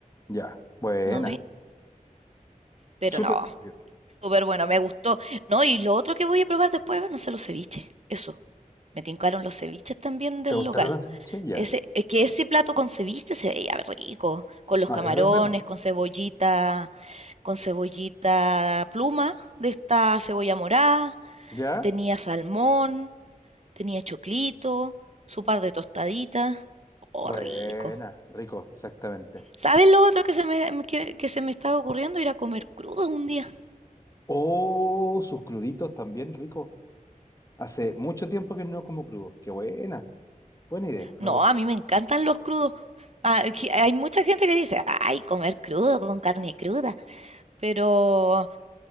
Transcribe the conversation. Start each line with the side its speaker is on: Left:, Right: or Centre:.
Left: Ya. Buena.
Right: ¿no ve? Pero
Left: Súper
Right: no,
Left: bien.
Right: súper bueno, me gustó. No, y lo otro que voy a probar después, no sé, los ceviches, eso, me tincaron los ceviches también del
Left: ¿Te gustaron
Right: local.
Left: las ceviches? Ya.
Right: Ese, es que ese plato con ceviche se veía rico, con los
Left: No,
Right: camarones,
Left: eso es verdad.
Right: con cebollita, con cebollita pluma de esta cebolla morada,
Left: ¿Ya?
Right: tenía salmón, tenía choclito, su par de tostaditas. Oh,
Left: Buena,
Right: rico.
Left: rico, exactamente.
Right: ¿Sabes lo otro que se me, que, que se me estaba ocurriendo? Ir a comer crudo un día.
Left: Oh, sus cruditos también rico. Hace mucho tiempo que no como crudo. Qué buena. Buena idea, me
Right: No,
Left: gustó.
Right: a mí me encantan los crudos. Ah, que hay mucha gente que dice, ay, comer crudo con carne cruda, pero